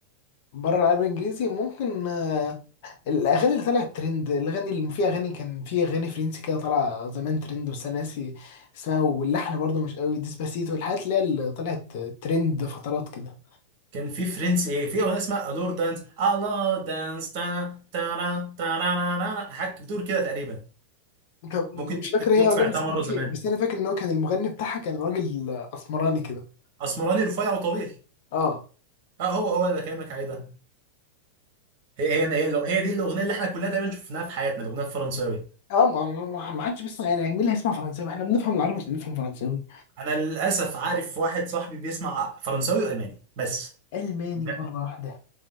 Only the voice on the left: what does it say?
بره العربي الانجليزي ممكن آه، الاغاني اللي طلعت ترند الاغاني اللي في اغاني كان في اغاني فرنسي كده طالعه زمان ترند بس انا ناسي اسمها واللحن برضو مش قوي ديسباسيتو الحاجات اللي هي اللي طلعت ترند فترات كده
طب مش
فاكر
هي ولا
بس
كان
في بس انا فاكر ان هو كان المغني بتاعها كان راجل اسمراني كده
اه
ف...
اه ما ما ما- ما حدش بيسمع يعني مين اللي هيسمع فرنساوي احنا بنفهم العربي عشان نفهم فرنساوي
ألماني
مرة واحدة